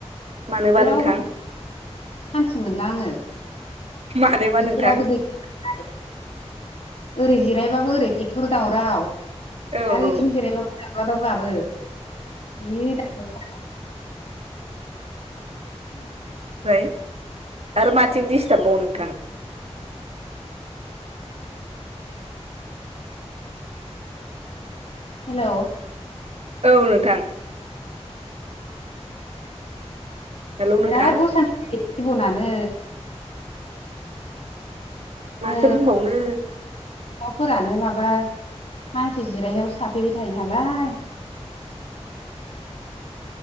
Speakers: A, on the right; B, on the left.
A: मानोबा
B: जेरावबो
A: नोंथां
B: सानथि मोनला आङो।
A: मानोबा
B: बोथोराबो
A: नोंथां
B: दैलथाय ओरै जिरायबाबो ओरै टेक्टर दावराव
A: औ औ
B: आरो ओयथिं जिरायबाबो दावला दाव गाबो जि दावराव <inaudible>
A: ओमफ्राय आरो माथिं डिस्टार्बबाव नोंथां? <inaudible>
B: हेलौ
A: औ नोंथां। हेलौ
B: बिराद
A: नोंथां
B: असानथि जिबनानो।
A: माथो
B: नै
A: बुंबावनो।
B: दाउफोरानो माबा मानसि जिरायनायावसो थाफैबाय थायो नालाय।
A: <inaudible>